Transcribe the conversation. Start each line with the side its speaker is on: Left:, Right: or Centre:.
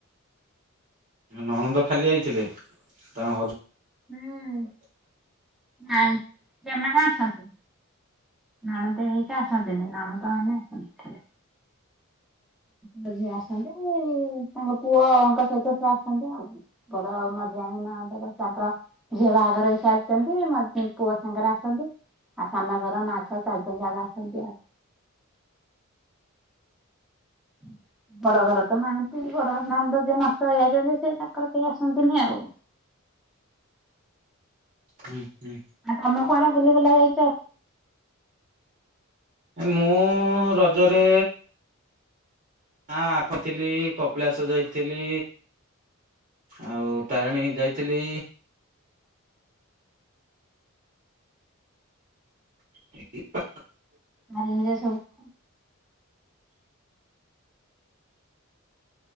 Right: ନଣନ୍ଦ ଖାଲି ଆଇଥିଲେ ତାଙ୍କ ହଜ
Centre: ହଁ। ନାଇ ସେମାନେ ଆସନ୍ତି ନଣନ୍ଦ ସିଏ ଆସନ୍ତିନି ନଣନ୍ଦମାନେ ଆସନ୍ତି ଖାଲି ବଡ ଝିଅ ଆସନ୍ତି ତାଙ୍କ ପୁଅଙ୍କ ସହିତ ସେ ଆସନ୍ତି ଆଉ ବଡ ଆଉ ମଝିଆଣି ନଣନ୍ଦଙ୍କ ତାଙ୍କର ଝିଅ ବାହାଘର ହେଇ ସାରିଛନ୍ତି ମ ପୁଅ ସାଙ୍ଗରେ ଆସନ୍ତି। ଆଉ ସାନ ଘର ମା ଛୁଆ ଚାରିଜଣ ଯାକ ଆସନ୍ତି ଆଉ <inaudible> ବଡ ଘର ତ ନାହାନ୍ତି ବଡ ନନ୍ଦ ଯିଏ ନଷ୍ଟ ହେଇଯାଇଛନ୍ତି ସେ ତାଙ୍କର କେହି ଆସନ୍ତିନି ଆଉ
Right: ହଁ ହଁ।
Centre: ଆ ତମେ କୁଆଡେ ବୁଲି ବୁଲା ଯାଇଛ?
Right: ମୁଁ ରଜରେ ଆ ଆଖଥିଲି କପିଳାସ ଯାଇଥିଲି। ଆଉ ତାରିଣୀ ଯାଇଥିଲି। <unintelligible>
Centre: ଆରେ ନିଜ ସବୁ